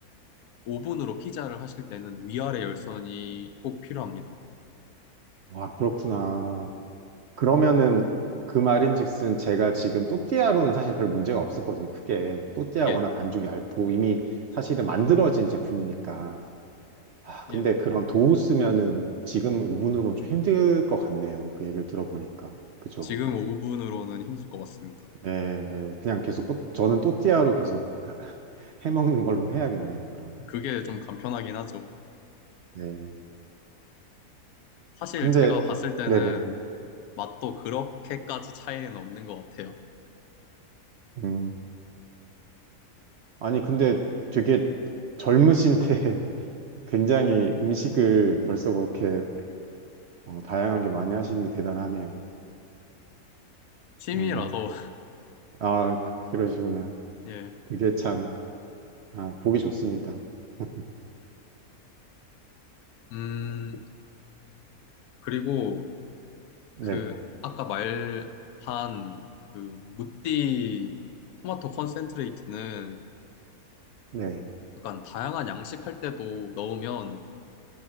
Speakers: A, on the left; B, on the right.
A: 오븐으로 피자를 하실 때는 위아래 열선이 꼭 필요합니다.
B: 와 그렇구나. 그러면은 그 말인즉슨 제가 지금 또띠아로는 사실 별 문제가 없었거든요. 크게 또띠아
A: 예,
B: 워낙 반죽이 얇고 이미 사실은 만들어진 제품이니까. 아, 근데
A: 예.
B: 그런 도우 쓰면은 지금 오븐으로 좀 힘들 것 같네요. 그 얘기를 들어보니까. 그죠?
A: 지금 오븐으로는 힘들 것 같습니다.
B: 네, 네. 그냥 계속 또- 저는 또띠아로 계속 <laughs> 해먹는 걸로 해야겠네요. 그러면.
A: 그게 좀 간편하긴 하죠.
B: 네.
A: 사실
B: 근데
A: 제가 봤을 때는
B: 네네.
A: 맛도 그렇게까지 차이는 없는 것 같아요.
B: 음. 아니, 근데 되게 젊으신데 <laughs> 굉장히 음식을 벌써 그렇게 어, 다양하게 많이 하시는 게 대단하네요.
A: 취미라서,
B: 원래. 아, 그- 그러시구나.
A: <laughs> 예.
B: 그게 참, 아, 보기 좋습니다. <laughs>
A: 음, 그리고
B: 네,
A: 그, 아까 말한 그, 무띠 토마토 컨센트레이트는
B: 네.
A: 약간 다양한 양식할 때도 넣으면